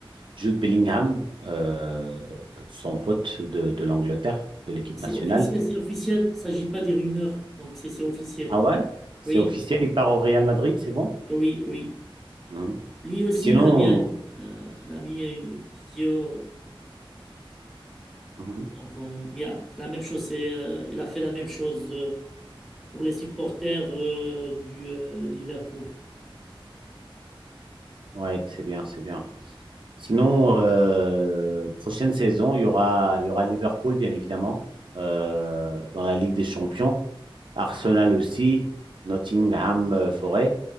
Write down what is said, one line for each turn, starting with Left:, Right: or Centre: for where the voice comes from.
Right: Jude Bellingham, euh, son pote de, de l'Angleterre, de l'équipe
Centre: C'est
Right: nationale.
Centre: officiel, c'est officiel. Il ne s'agit pas des rumeurs. Donc, c'est c'est officiel.
Right: Ah ouais? C'est
Centre: Oui,
Right: officiel, il part au Real Madrid, c'est bon?
Centre: oui, oui.
Right: Mhm.
Centre: Lui aussi,
Right: Sinon,
Centre: il a mis, un- euh, il a mis une vidéo.
Right: mhm.
Centre: euh, Donc, on- yeah, c'est la même chose. C'est, euh, il a fait la même chose euh, pour les supporters euh, du euh, Liverpool.
Right: Ouais, c'est bien, c'est bien. Sinon, euh, prochaine saison, il y aura, il y aura Liverpool, bien évidemment, euh, dans la Ligue des Champions. Arsenal aussi, Nottingham euh, Forest.